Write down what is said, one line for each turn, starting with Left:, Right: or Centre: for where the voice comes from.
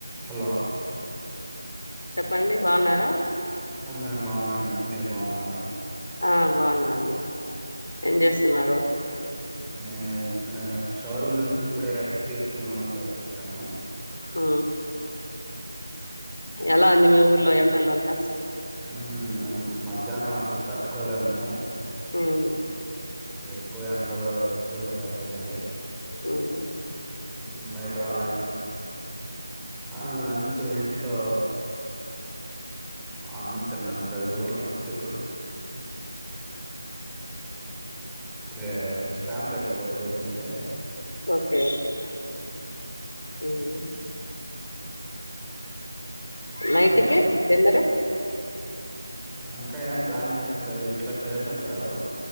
Centre: Hello
Left: చెప్పండి బాగున్నారా
Centre: ఉమ్ మేమ్ బాగున్నానండి మీరు బాగున్నారా.
Left: ఆ బాగున్నాండి ఏం చేస్తున్నారు
Centre: నేన్ నేన్ షోరూమ్ నుంచి ఇప్పుడే రెస్ట్ తీసుకుందం అని బయట వచ్చాను.
Left: హు ఎలా ని మీ ఊర్లో ఎండలు అంత
Centre: ఉ ఉ మధ్యాహ్నం అసలు తట్టుకోలేము
Left: ఉమ్
Centre: ఉ కు ఎండలు ఎక్కువ అయిపోనాయి
Left: వునా
Centre: ఉ బయట రావాలంటే ఆ లంచ్ ఇంట్లో అన్నం తిన్నాను ఈ రోజు చిక్కుడు రే సామి గట్లా కూర్చేసింటే
Left: ఓకే అయితే ఉ ఉ నైటికే
Centre: మీరు
Left: డిన్నరు
Centre: ఇంకా ఏం ప్లాన్ చేసుకోలేదు ఇంట్లో చేసింటారు.